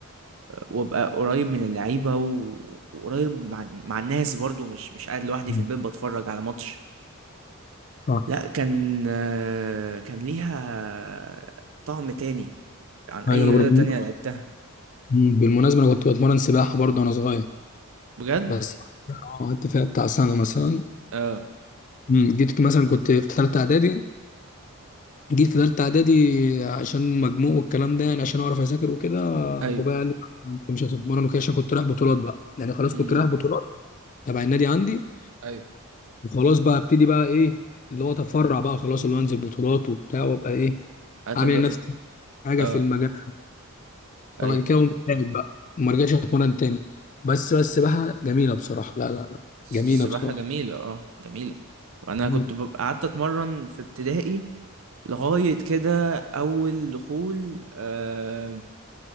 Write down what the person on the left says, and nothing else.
مم.
صح
ايوه انا
برضه
مم. بالمناسبه انا كنت بتمرن سباحه برضه وانا صغير
بس قعدت فيها بتاع سنه مثلا
مم. جيت مثلا كنت في ثالثه اعدادي جيت في تالتة إعدادي عشان مجموع والكلام ده يعني عشان أعرف أذاكر وكده
بابايا قال لي أنت مش هتتمرن وكده عشان كنت رايح بطولات بقى يعني خلاص
كنت رايح بطولات تبع النادي عندي
وخلاص بقى ابتدي بقى إيه اللي هو أتفرع بقى خلاص اللي هو أنزل بطولات وبتاع وأبقى إيه
عامل لنفسي
حاجة
في المجال
فبعد كده قمت قاعد بقى وما رجعتش أتمرن تاني بس بس بقى جميلة بصراحة لا لا لا
جميلة
بصراحة
جميلة.